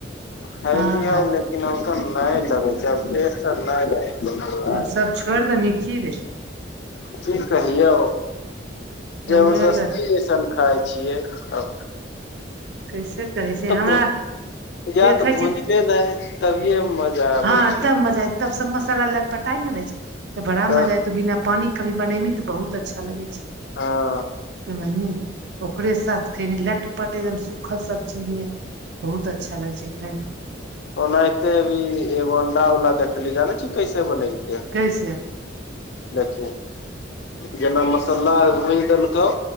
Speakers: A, on the left; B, on the right.
A: खैलियो
B: हँ भाय
A: लेकिन। वैसन नहि लगै छै आब टेस्ट आर नहि रहै छै मुरगा आर
B: आब सब
A: मे।
B: छोड़ि दही की रे
A: की कहियो
B: हमे
A: जबरदस्ती
B: तऽ
A: इ सब। खाइ छियै आ।
B: कैसे कहै छियै हमरा
A: भु या
B: देखै
A: तऽ भुजते
B: छी
A: ने हे तभिए मजा आबै
B: हँ
A: छै
B: तब मजा आयत तब सब मसाला लटपटाय ने रहै छै तऽ बड़ा
A: तब
B: मजा, एयके बिना पानि कभी बनैबी तऽ बहुत अच्छा लगै छै।
A: हँ।
B: समझलि ओकरे साथ खेबी लटपट, एकदम सुखल सब्जी नहैत। बहुत अच्छा लगै छै खाइमे।
A: ओनाहिते अभी एगो अंडा वला देखली ने, ाने छी कैसे बनेलके है।
B: कैसे।
A: देखही, जेना मसल्ला आर भुइज देलकउ